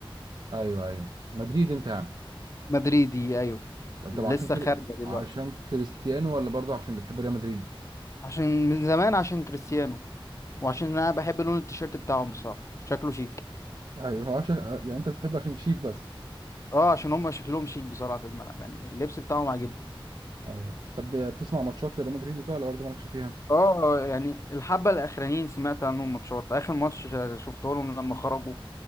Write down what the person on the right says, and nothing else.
ايوه ايوه مدريد انت يعني
طب
عشان كده
عشان كريستيانو ولا برضه عشان بتحب ريال مدريد
ايوه هو عشان يعني انت بتحب عشان شيك بس
ايوه طب بتسمع ماتشات لريال مدريد وكده ولا برضه مالكش فيها